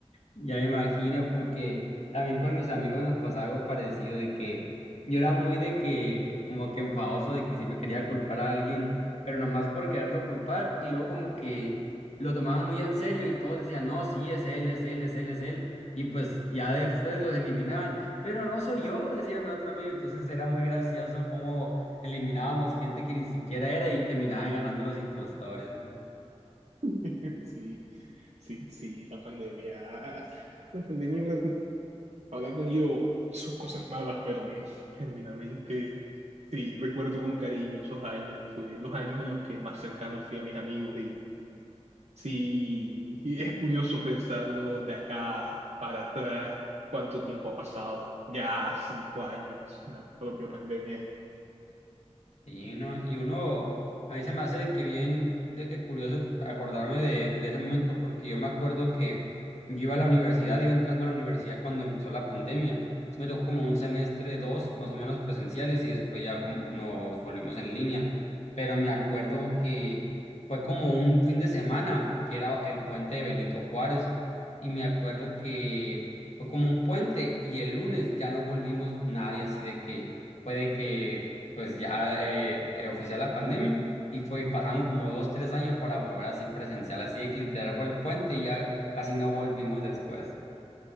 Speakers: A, on the left; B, on the right.
A: Ya me imagino, porque también con mis amigos nos pasaba algo parecido de que yo era muy de que, como que enfadoso de que siempre quería culpar a alguien, pero nomás por quererlo culpar, y luego como que lo tomaban muy en serio y todos decían, no, sí, es él, es él, es él, es él, y pues ya después los eliminaban, pero no soy yo, decía mi otro amigo, entonces era muy gracioso cómo eliminábamos gente que ni siquiera era y terminaban ganando los impostores, ¿no?
B: <laughs> Sí, sí, sí, la pandemia. La pandemia Habrá tenido sus cosas malas, pero mm, genuinamente sí, recuerdo con cariño esos años. Fue los años en los que más cercano fui a mis amigos y sí, y es curioso pensarlo de acá para atrás, cuánto tiempo ha pasado. Ya cinco años, la propia pandemia.
A: Sí, no, y uno, a mí se me hace de que bien, de que curioso acordarme de, de ese momento, porque yo me acuerdo que yo iba a la universidad, iba entrando a la universidad cuando empezó la pandemia. Sí me tocó como un semestre, dos, más o menos presenciales, y después ya como nos volvimos en línea. Pero me acuerdo que fue como un fin de semana, que era el puente de Benito Juárez, y me acuerdo que fue como un puente, y el lunes ya no volvimos nadie, así de que fue de que pues ya eh, eh, oficial la pandemia y fue, y pasaron como dos, tres años para volver así presencial, así de que literal fue el puente y ya casi no volvimos después.